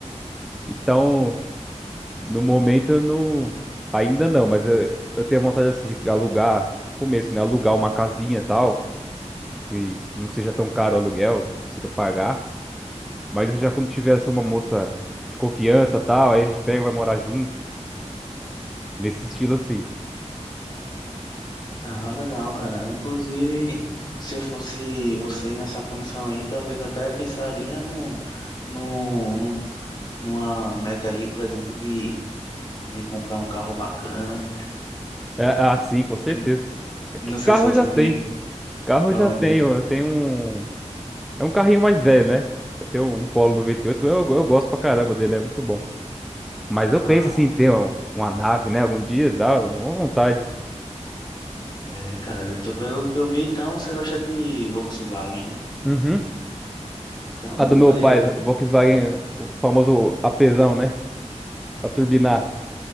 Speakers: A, in the centre; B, on the left.
A: Então, no momento eu não. Ainda não, mas eu, eu tenho vontade assim de alugar, começo, né? Alugar uma casinha e tal, que não seja tão caro o aluguel, que eu consiga pagar. Mas já quando tiver assim, uma moça de confiança e tal, aí a gente pega, vai morar junto, nesse estilo assim.
B: Ah, legal, cara. Inclusive, se eu fosse você nessa condição aí, talvez eu até pensaria no no numa meta aí, por exemplo, de, de comprar um carro bacana.
A: É, é assim, com
B: Eu
A: certeza.
B: n-
A: É Que
B: não sei
A: carro
B: se você
A: eu já tenho?
B: tem.
A: Carro
B: Pronto.
A: eu já tenho.
B: é.
A: Eu tenho um. É um carrinho mais velho, né? Eu tenho um Polo noventa e oito eu, eu gosto pra caramba dele, é muito bom. Mas eu
B: Ah,
A: penso assim, em ter um- uma nave, né? Algum dia dá uma vontade.
B: é, cara, eu tô- pelo que eu vi, então você gosta de Volkswagen, né?
A: Uhum.
B: Então
A: A do
B: eu
A: meu
B: poderia.
A: pai, Volkswagen, o famoso apesão, né? Pra turbinar.